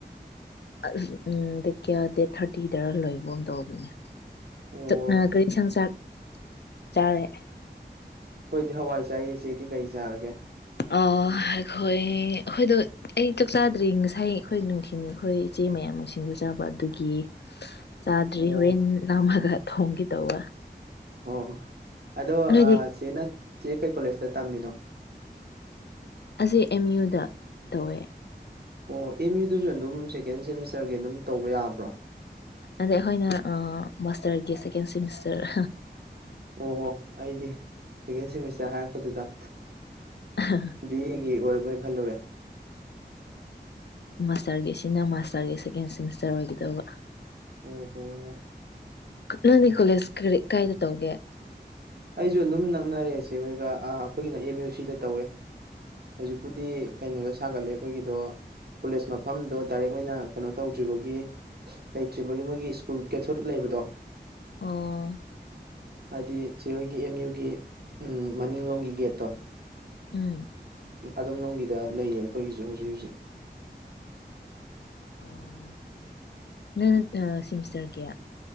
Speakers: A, on the left; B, on the right.
A: ꯑꯁ ꯎꯝ ꯀꯌꯥ ꯗꯦꯠ ꯊꯥꯔꯇꯤꯗꯔ ꯂꯣꯏꯒꯨꯝ ꯇꯧꯕꯅꯦ
B: ꯑꯣ
A: ꯆꯛꯅ ꯀꯔꯤ ꯑꯦꯟꯁꯪ ꯆꯥꯔꯦ
B: ꯑꯩꯈꯣꯏꯗꯤ ꯍꯋꯥꯏ ꯆꯥ ꯑꯁꯤꯦꯗꯤ ꯀꯔꯤ ꯆꯥꯔꯒꯦ
A: ꯑꯈꯣꯏ ꯑꯩꯈꯣꯏꯗꯣ ꯑꯩ ꯆꯥꯛ ꯆꯥꯗ꯭ꯔꯤ ꯉꯁꯥꯏ ꯑꯩꯈꯣꯏ ꯅꯨꯡꯊꯤꯟ ꯑꯩꯈꯣꯏ ꯏꯆꯦ ꯃꯌꯥꯝ ꯁꯤꯡꯖꯨ ꯆꯥꯕ ꯑꯗꯨꯒꯤ ꯆꯥꯗ꯭ꯔꯤ
B: ꯑꯣ
A: ꯍꯣꯔꯦꯟ ꯂꯥꯝꯃꯒ ꯊꯣꯡꯒꯦ ꯇꯧꯕ
B: ꯑꯣ ꯍꯣꯏ ꯑꯗꯣ
A: ꯅꯣꯏꯗꯤ
B: ꯆꯦꯅ ꯆꯦ ꯀꯩ ꯀꯣꯂꯦꯖꯇ ꯇꯝꯃꯤꯅꯣ
A: ꯑꯁꯤꯦ ꯑꯦꯝ ꯌꯨꯗ ꯇꯧꯋꯦ
B: ꯑꯣ ꯑꯦꯝ ꯌꯨꯗꯁꯨ ꯑꯗꯨꯝ ꯁꯦꯀꯦꯟ ꯁꯦꯃꯤꯁꯇꯔꯒꯤ ꯑꯗꯨꯝ ꯇꯧꯕ ꯌꯥꯕ꯭ꯔꯣ
A: ꯑꯗ ꯑꯩꯈꯣꯏꯅ ꯃꯥꯁꯇꯔꯒꯤ ꯁꯦꯀꯦꯟ ꯁꯦꯃꯤꯁꯇꯔ
B: ꯑꯣ ꯍꯣ ꯑꯩꯗꯤ ꯁꯦꯀꯦꯟ ꯁꯦꯃꯤꯁꯇꯔ ꯍꯥꯏꯔꯛꯄꯗꯨꯗ
A: ꯑ
B: ꯕꯤ ꯑꯦꯒꯤ ꯑꯣꯏꯔꯕꯣꯏ ꯈꯜꯂꯨꯔꯦ
A: ꯃꯥꯁꯇꯔꯒꯤ ꯑꯁꯤꯅ ꯃꯥꯁꯇꯔꯒꯤ ꯁꯦꯀꯦꯟ ꯁꯦꯃꯤꯁꯇꯔ ꯑꯣꯏꯒꯗꯧꯕ
B: ꯑꯣ ꯍꯣ
A: ꯅꯪꯗꯤ ꯀꯣꯂꯦꯖ ꯀꯔꯤ ꯀꯥꯏꯗ ꯇꯧꯒꯦ
B: ꯑꯩꯁꯨ ꯑꯗꯨꯝ ꯅꯛꯅꯔꯦꯁꯦ ꯍꯣꯏꯒ ꯑꯩꯈꯣꯏꯒꯤꯅ ꯑꯦꯝ ꯌꯨ ꯁꯤꯗ ꯇꯧꯋꯦ ꯍꯧꯖꯤꯛꯄꯨꯗꯤ ꯀꯩꯅꯣꯗ ꯁꯥꯒꯠꯂꯦ ꯑꯩꯈꯣꯏꯒꯤꯗꯣ ꯀꯣꯂꯦꯖ ꯃꯐꯝꯗꯣ ꯗꯥꯏꯔꯦꯛ ꯑꯣꯏꯅ ꯀꯩꯅꯣ ꯇꯧꯗ꯭ꯔꯤꯕꯒꯤ ꯂꯩꯇ꯭ꯔꯤꯕꯒꯤ ꯃꯣꯏꯒꯤ ꯁ꯭ꯀꯨꯜ ꯀꯦꯊꯣꯂꯤꯛ ꯂꯩꯕꯗꯣ
A: ꯑꯣ
B: ꯍꯥꯏꯗꯤ ꯆꯦꯍꯣꯏꯒꯤ ꯑꯦꯝ ꯌꯨꯒꯤ ꯃꯅꯤꯡꯂꯣꯝꯒꯤ ꯒꯦꯠꯇꯣ
A: ꯎꯝ
B: ꯑꯗꯣꯝꯂꯣꯝꯒꯤꯗ ꯂꯩꯌꯦ ꯑꯩꯈꯣꯏꯒꯤꯁꯨ ꯍꯧꯖꯤꯛ ꯍꯧꯖꯤꯛ
A: ꯑꯣ ꯅꯪ ꯑꯥ ꯁꯤꯃꯤꯁꯇꯔ ꯀꯌꯥ